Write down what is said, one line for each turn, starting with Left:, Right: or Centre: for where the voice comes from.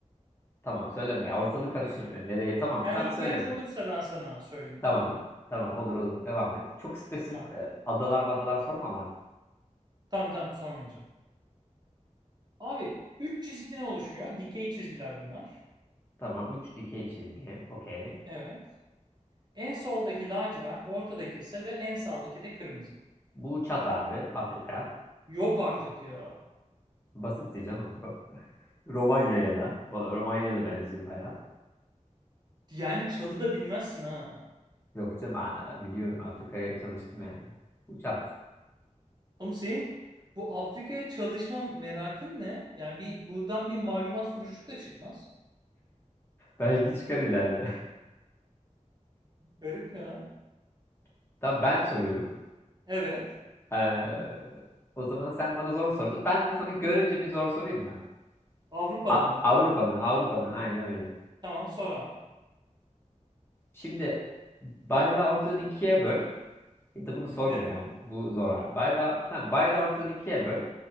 Left: Tamam, söyleme ya. Ortalık karışır. E, Nereye? Tamam,
Right: Eğer
Left: tamam
Right: ihtiyaç
Left: söyleme.
Right: olursa ben sana söyleyeyim
Left: Tamam.
Right: olur mu?
Left: Tamam, olur olur. Devam et. Çok spesifik
Right: Tamam.
Left: e, adalar madalar sorma lan.
Right: Tamam tamam sormayacağım. Abi 3 çizgiden oluşuyor. Dikey çizgiler bunlar.
Left: Tamam, 3 dikey çizgi. Okey.
Right: Evet. En soldaki lacivert, ortadaki sarı, en sağdaki de kırmızı.
Left: Bu çat abi, Afrika.
Right: Yok artık ya.
Left: Basitti canım bu. <laughs> Romanya'ya da. O- Romanya'ya da benziyor bayağı.
Right: Yani çalı da bilmezsin ha.
Left: Yok canım aa, biliyorum Afrika'ya çalıştım yani. Uçak.
Right: Oğlum senin bu Afrika'ya çalışma merakın ne? Yani bir buradan bir malumat furuşluk da çıkmaz.
Left: Belki çıkar ileride.
Right: Garip ya.
Left: <laughs> Tamam ben soruyorum.
Right: Evet.
Left: Ee, o zaman sen bana zor sordun. Ben de sana görece bir zor sorayım ben.
Right: Avrupa'dan
Left: A-
Right: ama
Left: Avrupa'dan
Right: değil mi?
Left: Avrupa'dan aynen öyle.
Right: Tamam sor abi.
Left: Şimdi bayrağı ortadan ikiye böl. Ya da bunu sormayayım
Right: Evet.
Left: ya bu, bu zor abi. Bayrağı, tamam, bayrağı ortadan ikiye böl.